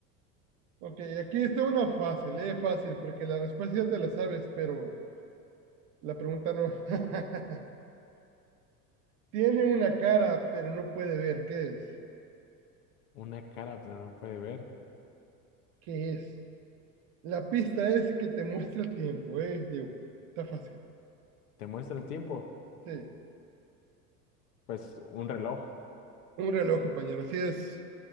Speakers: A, on the right (about 50°); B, on the left (about 65°).
A: Ok, aquí está una fácil, eh, fácil, porque la respuesta ya te la sabes, pero la pregunta no. <laughs> Tiene una cara, pero no puede ver. ¿Qué es?
B: Una cara, pero no puede ver.
A: ¿Qué es? La pista es que te muestra el tiempo, eh, Diego. Está fácil.
B: ¿Te muestra el tiempo?
A: Sí.
B: Pues un reloj.
A: Un reloj, compañero. Así es.